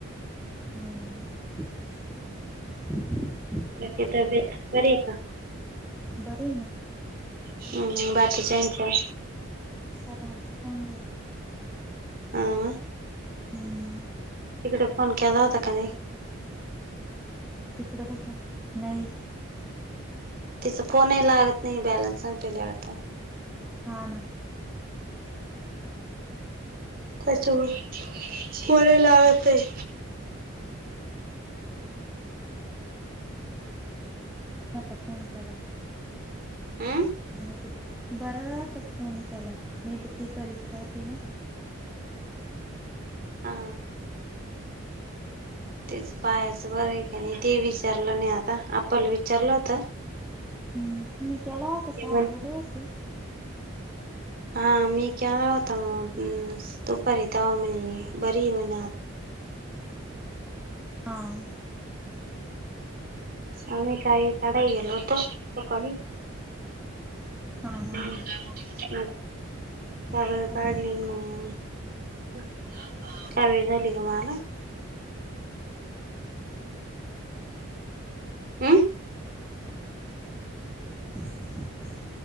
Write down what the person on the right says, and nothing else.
म ती तब्बेत बरीये का?
हुं हुं बाकीच्यांच्या
आ आ
तिकड फोन केला होता का नाय.
तिचां फोनही लागत नाय बॅलन्स संपील्या वाटत.
त्याच्यामुळ फोनही लागत नाही.
हम्म
हा तेच पायाचं बरं हाय का नाय ते विचारलं नाय आता आप्पा ला विचारलं होत.
म्हण
हा मी केला होता मग दुपारी तवा म्हणे बरी ये म्हणे आत
आम्ही काय काढाय गेलो होतो सकाळी
हम्म म च
वेळ काडली मग च वेळ झाली ग मला हम्म